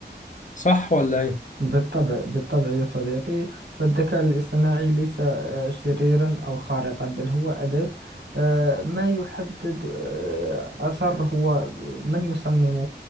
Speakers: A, on the left; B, on the right.
A: صح ولا إيه؟
B: بالطبع بالطبع يا صديقي فالذكاء الاصطناعي ليس آه، شريرا أو خارقا بل هو أداة آه، ما يحدد آه، أثر هو من يصممه